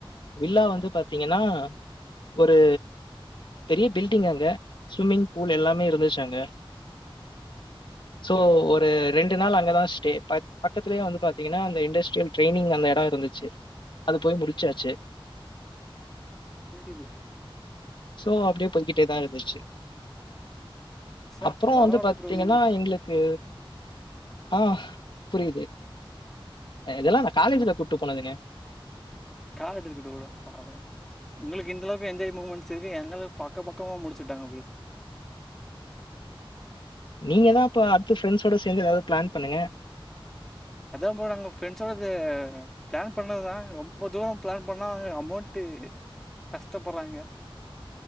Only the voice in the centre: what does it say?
சேரி ப்ரோ
ஷா
பரவால்ல
ப்ரோ நீங்க
காலேஜ் இருக்கட்டு ப்ரோ பாக்கலா ப்ரோ உங்களுக்கு இந்த அளவுக்கு என்ஜாய் முமெண்ட்ஸ்க்கு எங்களுக்கு பக்க பக்கமா முடிச்சுவிட்டாங்க ப்ரோ
அதா ப்ரோ நாங்க ப்ரெண்ஸ்ஸோடது ப்ளான் பண்ணதுதா ரொம்ப தூரம் ப்ளான் பண்ணா அமௌண்ட்டு கஷ்டப்பட்றாங்க